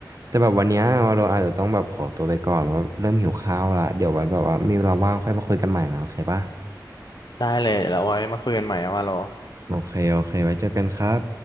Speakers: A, on the right (about 45°); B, on the left (about 70°).
A: แต่แบบวันเนี้ยวาโลอาจจะต้องแบบขอตัวไปก่อนเพราะเริ่มหิวข้าวละเดี๋ยวไว้แบบว่ามีเวลาว่างค่อยมาคุยกันใหม่นะโอเคปะ
B: ได้เลยเดี๋ยวเราไว้มาคุยกันใหม่นะว่าโล
A: โอเคโอเคไว้เจอกันครับ